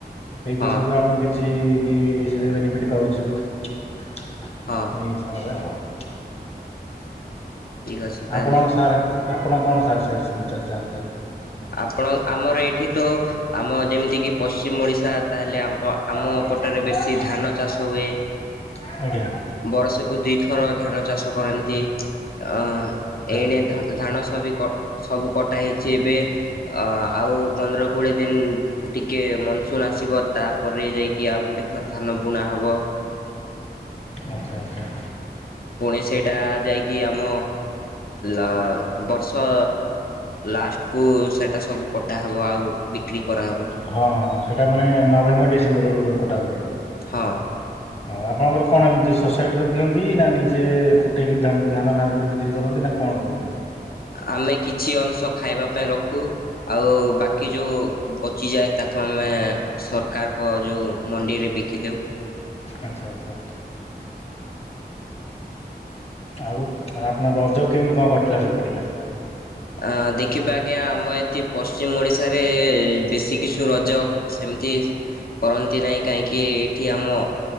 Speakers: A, on the left (about 35°); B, on the left (about 60°).
A: ସେଇଥି
B: ହଁ
A: ସବୁ ଆମେ କିଛି ବି ସେଥିରେ ବେନିଫିଟ୍ ପାଉଛୁ। ଉଁ।
B: ହଁ
A: <unintelligible>
B: ଠିକ୍ ଅଛି ତାହେଲେ।
A: ଆପଣଙ୍କ ସାର୍, ଆପଣ କଣ ସାର୍ ସେଆଡେ ସେମିତି ଚାଲଚି ହାଲ୍ ଚାଲ୍।
B: ଆପଣ ଆମର ଏଇଠି ତ ଆମ ଯେମିତିକି ପଶ୍ଚିମ ଓଡ଼ିଶା, ତାହେଲେ ଆମ
A: ହାଲଚାଲ
B: ଆମ ପଟରେ ବେଶୀ ଧାନ ଚାଷ ହୁଏ।
A: ଆଜ୍ଞା
B: ବରଷକୁ ଦିଥର ଧାନ ଚାଷ କରନ୍ତି। ଅ
A: ଆଚ୍ଛା
B: ଏଇନେ ଧା-ଧାନ ସ-ସବି ସବୁ କଟା ହେଇଛି ଏବେ ଅ ଆଉ ପନ୍ଦର କୋଡିଏ ଦିନ୍ ଟିକେ ମନସୁନ୍ ଆସିବ। ତାପରେ ଯାଇକି ଆଉ ଗୋଟେ ଥର ଧାନ ବୁଣା ହେବ।
A: ଆଚ୍ଛା ଆଚ୍ଛା।
B: ପୁଣି ସେଇଟା ଯାଇକି ଆମ ଅ-ବର୍ଷ ଲାଷ୍ଟକୁ ସେଇଟା ସବୁ କଟାହେବ ଆଉ ବିକ୍ରି କରାହେବ।
A: ହଁ ହଁ ସେଇଟା ମାନେ ନଭେମ୍ବର, ଡିସେମ୍ବର ବେଳକୁ କଟା ହୁଏ।
B: ହଁ।
A: <inaudible> ଅ ଆପଣଙ୍କର କଣ ଏମିତି ଶୋ ସାଇଟିରେ ଦିଅନ୍ତି। ନା ନିଜେ କୁଟକି ଧା-ଧାନ ବାହାର କରି ବିକ୍ରି କରନ୍ତି। ନା କଣ କରନ୍ତୁ।
B: ଆମେ କିଛି ଅଂଶ ଖାଇବା ପାଇଁ ରଖୁ ଆଉ ବାକି ଯେଉଁ ବଚିଯାଏ ତାକୁ ଆମେ ସରକାରଙ୍କ ଯେଉଁ ମଣ୍ଡିରେ ବିକିଦଉ।
A: ଆଚ୍ଛା ଆଚ୍ଛା। ଆଉ ଆପଣଙ୍କ ରଜ କେମିତି କଣ କରିଥିଲା ସେପଟରେ?
B: ଅ ଦେଖିବା ଆଜ୍ଞା ଆମ ଏଠି ପଶ୍ଚିମ ଓଡିଶାରେ ବେଶୀ କିଛିୁ ରଜ ସେମିତି କରନ୍ତି ନାହିଁ କାହିଁକି ଏଇଠି ଆମ